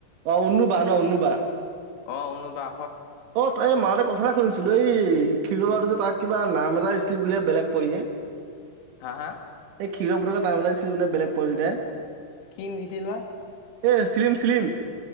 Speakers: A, on the right (about 70°); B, on the left (about 85°).
A: অ উন্নো বা ন উন্নো বা।
B: অ উন্নো বা।
A: অ এই মাৰ কথা এটা শুনিছিলো এই ক্ষীৰোৱাটো যে তাক কিবা নাম এটা দিছিলি বুলিয়ে বেলেগ পোৱালিয়ে।
B: হা হা?
A: ক্ষিৰ পুতেক নাম উলাইছিল বোলে বেলেগ পোৱলি এটাই।
B: কিন দিছিল না <unintelligible>
A: এ চিলিম চিলিম-